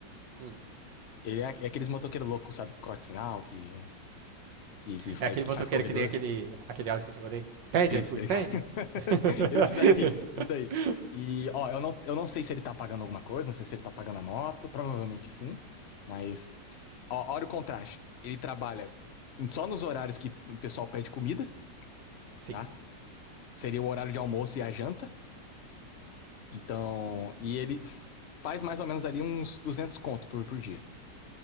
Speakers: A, on the right; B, on the left.
A: Hum.
B: Ele é, é aqueles motoqueiros loucos, sabe? Que corta sinal, que, que, que faz,
A: É aquele
B: que
A: botoqueiro
B: faz corredor.
A: que nem aquele, aquele áudio que eu te mandei. Pede,
B: Isso.
A: iFood, pede!
B: <laughs>
A: <laughs>
B: Esse daí, esse daí. E, ó, eu não, eu não sei se ele tá pagando alguma coisa, não sei se ele tá pagando a moto, provavelmente sim. Mas, ó, olha o contraste. Ele trabalha só nos horários que o pessoal pede comida,
A: Sim.
B: tá? Seria o horário de almoço e a janta. Então, e ele faz mais ou menos ali uns 200 conto por, por dia.